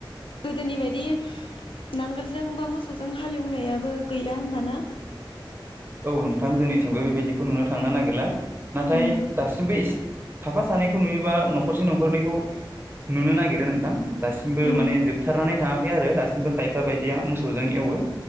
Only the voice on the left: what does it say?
गोदोनि बायदि नांगोलजों बा मोसौजों हालेवनायाबो गैला होनबा ना।
उम
उम